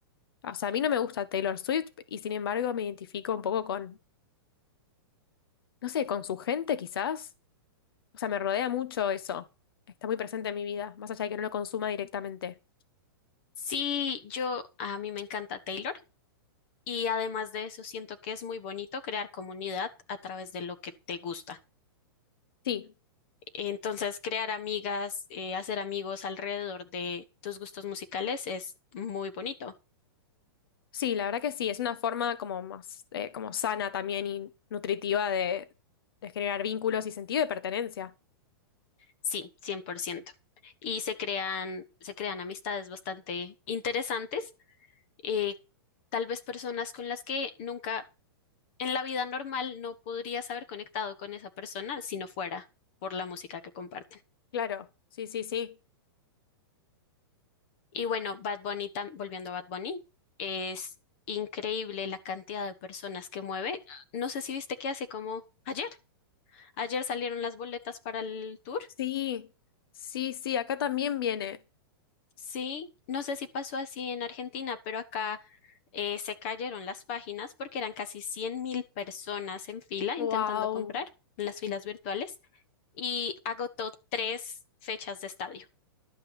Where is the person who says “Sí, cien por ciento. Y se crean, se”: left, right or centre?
Left